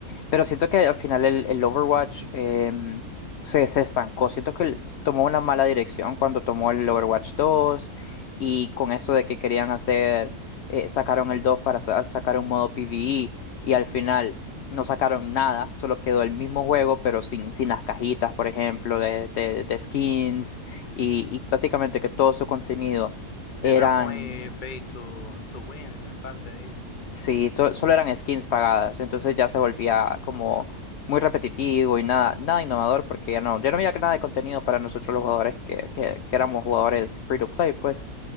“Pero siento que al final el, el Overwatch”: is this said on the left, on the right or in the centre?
Left